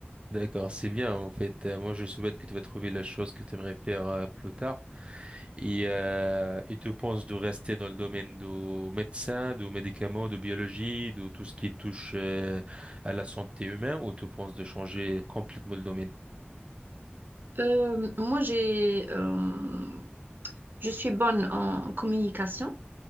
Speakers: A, on the right; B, on the right.
A: D'accord, c'est bien en fait. Euh, Moi, je souhaite que tu vas trouver la chose que tu aimerais faire euh, plus tard. Et, euh, et tu penses de rester dans le domaine du médecin, du médicament, de biologie, de tout ce qui touche euh, à la santé humaine, ou tu penses de changer complètement le domaine?
B: Euh, moi, j'ai, euh, je suis bonne en communication.